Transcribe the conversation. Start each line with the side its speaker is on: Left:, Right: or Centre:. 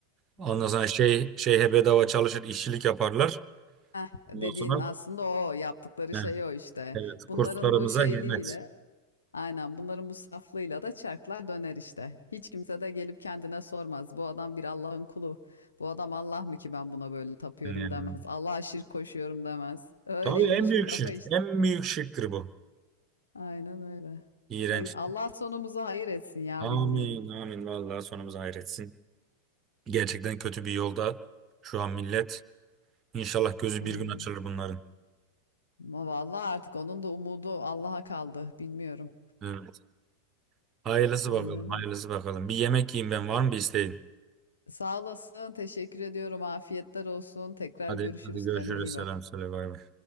Right: Ondan
Left: Hizmet.
Right: sonra şey şeyhe bedava çalışır, işçilik yaparlar.
Left: Heh, dediğin
Right: Ondan sonra
Left: aslında o yaptıkları
Right: he,
Left: şey o işte.
Right: evet
Left: Bunların
Right: kurslarımıza
Left: bu şeyliğiyle
Right: hizmet.
Left: Aynen bunların bu saflığıyla da çarklar döner işte. Hiç kimse de gelip kendine sormaz. Bu adam bir Allah'ın kulu. Bu adam Allah mı ki ben buna böyle tapıyorum
Right: Yani,
Left: demez. Allah'a şirk koşuyorum demez. Öyle
Right: tabii
Left: ilginç
Right: en büyük
Left: bir kafa
Right: şirk,
Left: işte.
Right: en büyük şirktir bu.
Left: Aynen öyle.
Right: İğrenç.
Left: Hay Allah sonumuzu hayır etsin ya
Right: Amin,
Left: bilmiyorum.
Right: amin. Vallahi sonumuz hayretsin. Gerçekten kötü bir yolda şu an millet. İnşallah gözü
Left: Aynen.
Right: bir gün açılır bunların.
Left: Ama vallahi artık onun da umudu Allah'a kaldı. Bilmiyorum.
Right: Evet. Hayırlısı
Left: Aynen
Right: bakalım, hayırlısı
Left: öyle.
Right: bakalım. Bir yemek yiyeyim ben. Var mı bir isteğin?
Left: Sağ olasın. Teşekkür ediyorum. Afiyetler olsun. Tekrar
Right: Hadi,
Left: görüşürüz.
Right: hadi görüşürüz.
Left: Kendine iyi
Right: Selam
Left: bak.
Right: söyle. Bay bay.